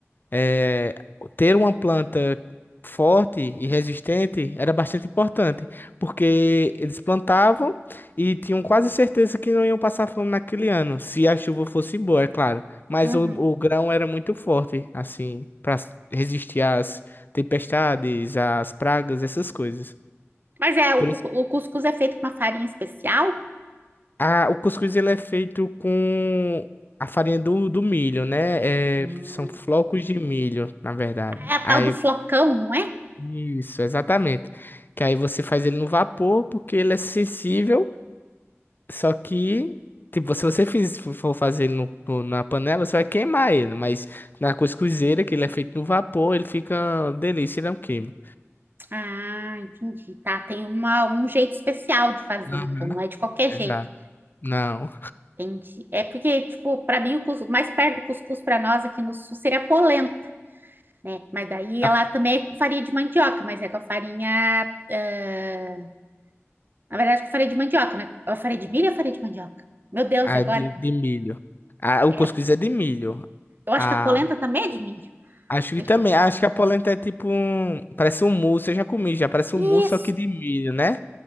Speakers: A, on the left; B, on the right.
A: é, ter uma planta forte e resistente era bastante importante, porque eles plantavam e tinham quase certeza que não iam passar fome naquele ano, se a chuva fosse boa, é claro. Mas
B: uhum.
A: o, o grão era muito forte, assim, para resistir às tempestades, às pragas, essas coisas.
B: Mas é, o,
A: Por
B: cu-
A: isso,
B: o cuscuz é feito com uma farinha especial.
A: a- o cuscuz ele é feito com a farinha do, do milho, né?
B: Hum.
A: É, são flocos de milho, na verdade.
B: É a tal
A: Aí
B: do flocão, não é?
A: Isso, exatamente. Que aí você faz ele no vapor porque ele é sensível, só que tipo, se você fiz- for fazer ele no- no- na panela, você vai queimar ele, mas na cuscuzeira, que ele é feito no vapor, ele fica uma delícia, ele não queima.
B: Ah, entendi. Tá, tem uma, um jeito especial de fazer,
A: Uhum.
B: então não é de qualquer
A: Exato.
B: jeito.
A: Não,
B: Entendi. É porque, tipo, para mim o cus- mais perto do cuscuz para nós aqui no sul seria a polenta, né? Mas daí ela
A: a,
B: também é com farinha de mandioca, mas é com a farinha, ah, na verdade, com farinha de mandioca, né? A farinha de milho ou a farinha de mandioca? Meu Deus,
A: a
B: e agora?
A: de, de milho. A, o
B: É,
A: cuscuz é de milho.
B: eu acho
A: A,
B: que a polenta também é de milho.
A: acho
B: Deixa
A: que também,
B: eu ver.
A: acho que a polenta é tipo um, parece um mousse, eu já comi, já parece
B: Isso.
A: um mousse, só que de milho, né?